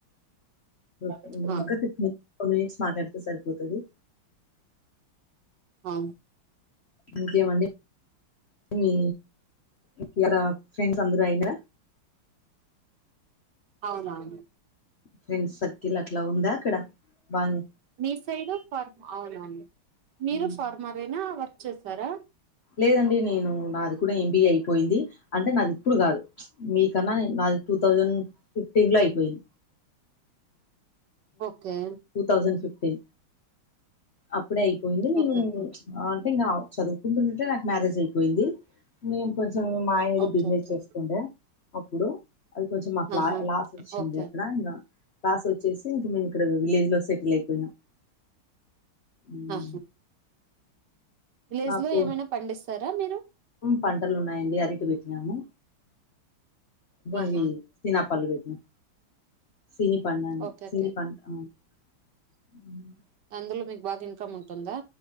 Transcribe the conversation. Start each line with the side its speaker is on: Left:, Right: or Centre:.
Left: ఓకే
Right: ఆ
Left: ఇంకా సిక్స్ మిన్ టూ మినిట్స్ మాట్లాడితే సరిపోతాది
Right: అ
Left: ఇంకేమండి మీ ఇక్కడ ఫ్రెండ్స్ అందరు అయినారా
Right: అవునవును
Left: ఫ్రెండ్స్ సర్కిల్ అట్లా ఉందా అక్కడ బానే
Right: మీ సైడ్ ఫర్మ్ అవునువును మీరు
Left: హ్మ్.
Right: ఫార్మర్ ఏ నా వర్క్ చేస్తారా
Left: లేదండి నేను నాది కూడా ఎంబీఏ అయిపోయింది అంటే నాది ఇప్పుడు కాదు మీకన్నా నే నాది టూ థౌజండ్ ఫిఫ్టీన్ లో అయిపోయింది
Right: ఓకే
Left: టూ థౌసండ్ ఫిఫటీన్ ఇప్పుడే అయిపోయింది నేను
Right: ఓకే ఓకే
Left: అంటే ఇంకా చదువుకుంటున్నట్లే నాకు మ్యారేజ్ అయిపోయింది మేము కొంచెం మా ఆయనా ఏదో
Right: ఓకే
Left: బిజినెస్
Right: ఓకే
Left: చేస్తుండా అప్పుడు అది కొంచెం మాకు లా
Right: ఆహా
Left: లాస్ వచ్చింది
Right: ఓకే
Left: అక్కడ ఇంకా లాస్ వచ్చేస్ కి ఇంకా మేము ఇక్కడ విలేజ్ లో సెటిల్ అయిపోయినాం మ్మ్.
Right: ఆహ విలేజ్
Left: నాకు
Right: లో ఏమైనా పండిస్తారా మీరు
Left: పంటలు ఉన్నాయండి అరిటి పెట్టినాము
Right: ఆహా
Left: ఇవి తిన పళ్ళు పెట్టినం సినీ పండని
Right: ఓకే
Left: సిన
Right: ఓకే
Left: పం ఆ ఉ
Right: అందులో మీకు బాగా ఇన్కమ్ ఉంటుందా